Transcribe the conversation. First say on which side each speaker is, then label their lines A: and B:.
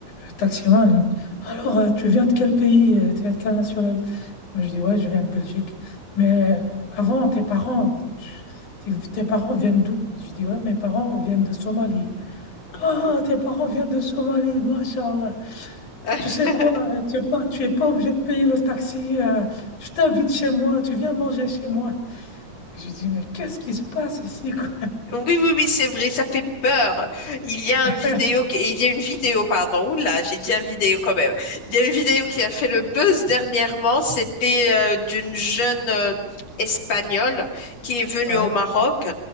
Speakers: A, on the left; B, on the left.
A: le taximan, alors, euh, tu viens de quel pays? euh, Tu viens de quelle nationalité? Mais je dis, ouais, je viens de Belgique. Mais euh, avant, tes parents, tu- tes tes parents viennent d'où? Je dis, ouais, mes parents viennent de Somalie.
B: mhm.
A: Ah, tes parents viennent de Somalie, machallah.
B: <laughs>
A: Tu sais quoi, euh, tu n'es pas, tu es pas obligé de payer le taxi. euh, je t'invite chez moi, tu viens manger chez moi. Je dis, mais qu'est-ce qui se passe ici, quoi?
B: Oui, oui, oui, c'est vrai, ça fait peur. Il y a un
A: <laughs>
B: vidéo, qui- il y a une vidéo, pardon, là, j'ai dit un vidéo quand même. Il y a une vidéo qui a fait le buzz dernièrement, c'était euh, d'une jeune euh, Espagnole qui est venue
A: Ouais,
B: au Maroc
A: ouais, ouais,